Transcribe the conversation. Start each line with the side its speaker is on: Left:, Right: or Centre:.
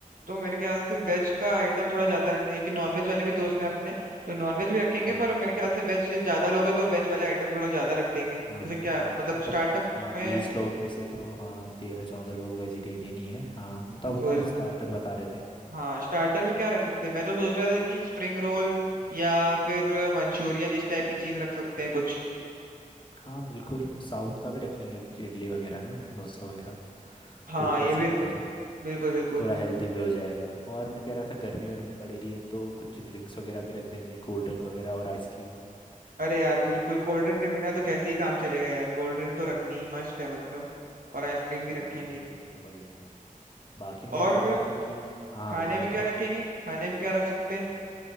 Right: तो मेरे ख्याल से वेज का आइटम थोड़ा ज्यादा रखते हैं क्योंकि नॉनवेज वाले भी दोस्त हैं अपने तो नॉनवेज भी रखेंगे
Left: हाँ
Right: पर मेरे ख्याल से वेज ज्यादा लोग हैं तो वेज वाले आइटम थोड़ा ज्यादा रख देंगे जैसे
Left: हाँ
Right: क्या मतलब
Left: मतलब
Right: स्टार्टअप
Left: हाँ
Right: में
Left: बीस लोग में से तो हाँ तेरह चौदह लोग वेजिटेरियन ही है हाँ बताओ
Right: बिल्कुल
Left: बताओ स्टार्टर बता रहे थे
Right: हाँ स्टार्टर में क्या रख सकते हैं मैं तो सोच रहा था कि स्प्रिंग रोल या फिर मंचूरियन इस टाइप की चीज रख सकते हैं कुछ
Left: हाँ बिल्कुल साउथ का भी रख लेंगे कुछ इडली वगैरह ना डोसा वगैरह
Right: हाँ
Left: वो भी कर
Right: ये भी
Left: सकते हैं
Right: बिल्कुल बिल्कुल
Left: थोड़ा हेल्दी भी हो जाएगा और मैं कह रहा था गर्मी वर्मी पड़ी रही है तो कुछ ड्रिंक्स वगैरह भी रख देंगे कोल्ड ड्रिंक वगैरह और आइसक्रीम
Right: अरे यार बिल्कुल कोल्ड ड्रिंक के बिना तो कैसे ही काम चलेगा यार कोल्ड ड्रिंक तो रखनी ही मस्ट है मतलब और आइसक्रीम भी
Left: हाँ
Right: रखेंगे
Left: ये चीज़ें तो बढ़िया है भाई बाकी मैं
Right: और
Left: कह रहा था कि हाँ हाँ
Right: खाने
Left: बताओ
Right: में
Left: बताओ
Right: क्या रखेंगे खाने में क्या रख सकते हैं